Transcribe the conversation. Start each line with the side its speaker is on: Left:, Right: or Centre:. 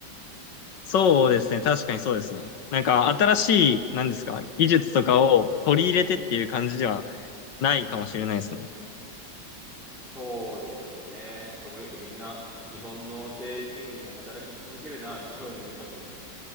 Left: そうですね。確かにそうですね。なんか新しい、なんですか、技術とかを取り入れてっていう感じではないかもしれないですね。
Centre: そうですよね。しかもよくみんな、日本の低賃金で働き続けるなって思いますね。